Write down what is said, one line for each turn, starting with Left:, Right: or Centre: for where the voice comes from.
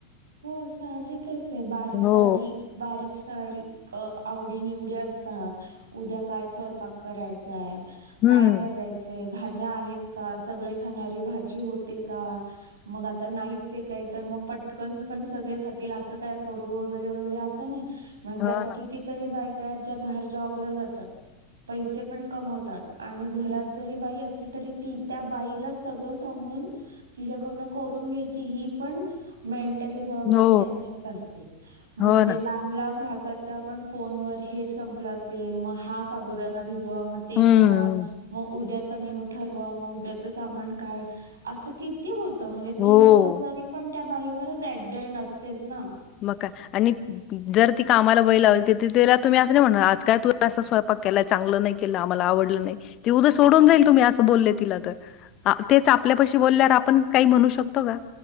Right: हो सहाजेकचए बारीक साडी
Left: हो
Right: बारीकसारी अ आवडी-निवडी असतात, उद्या काय स्वयपाक करायचाय
Left: हम्म
Right: काय करायचंय भाज ज्या आहेत का, सगळे खाणारी भाजी होते का मग आता नाहीचे काही तर मग पट कन पण सगळे खातील असं काय करू वगैरे वगैरे असं नाय म्हणजे
Left: हो
Right: आता
Left: ना
Right: किती तरी बाइक काच्या बाहेर जॉबला जातात, पैसे पण कमवतात आणि घरात जरी बाई असली त री ती त्या बाईला सगळ सांगून तिच्याकडनं करून घ्यायची ही पण मेंटली जवाबदारी
Left: हो
Right: त्यांच्याच असते, म्हणजे
Left: हो ना
Right: लांब-लांब राह तर त्या आपण फोन वर हेर संपला असेल मग हा साबुदाना भिजू वा मग ते
Left: हम्म
Right: करा, म उद्या चा मेनू ठरवा मग उद्याचा सामान काय असं किती हो तो म्हणजे ती
Left: हो
Right: जबाबदारी पण त्या बाईवरच एट द एंड असतेच ना.
Left: मग काय आणि जर ती कामाला बाई लावली त त्याला तुम्ही असं नाही म्हणार आज काय तूला असं स्वयपा क केलाय चांगला नाय केला आम्हाला आवडलं नाय ती उदया सोडून जाईल तुम्ही असं बोलले तिला तर आ तेच आपल्यापशी बोल्यावर आपण का म्हणू शकतो का